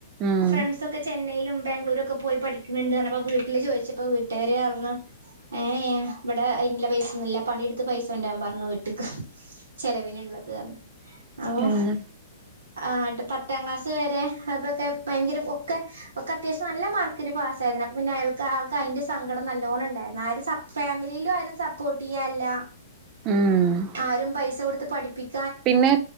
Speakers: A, on the right; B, on the right.
A: ഉം
B: ഫ്രണ്ട്സ് ഒക്കെ ചെന്നൈയിലും ബാംഗ്ലൂരുൊക്കെ പോയി പഠിക്കുന്നുണ്ട്പ്പ വീട്ടില് ചോദിച്ചപ്പോ വീട്ടുകാര് പറുഞ്ഞു ഏ എ ഇവിടെ ഇന്നുള്ള പൈസൊന്നുമില്ല പണിയെടുത്ത് പൈസ ഉണ്ടാൻ പറഞ്ഞു വീട്ടക്ക് ചെലവിനുള്ളത് അപ്പൊ
A: ഉം
B: ആട്ട് പത്താം ക്ലാസ് വരെ അൊക്കെ ഭയങ്കര ഒക്കെ ഒക്കെ അത്യാവശ്യം നല്ല മാർക്കില് പാസ്സ ആായിരുന്നു അപ്പ പിന്നെ അയാൾക്ക് ആൾക്ക് അതിന്റെ സങ്കടം നല്ലോണം ഉണ്ടായിരുന്നു ആ ഫാമിലിയിലും ആരും സപ്പോർട്ട് ചെയ്യാല്ല
A: ഉം
B: ആരും പൈസ കൊടുത്ത് പഠിപ്പിക്ക
A: പിന്നെ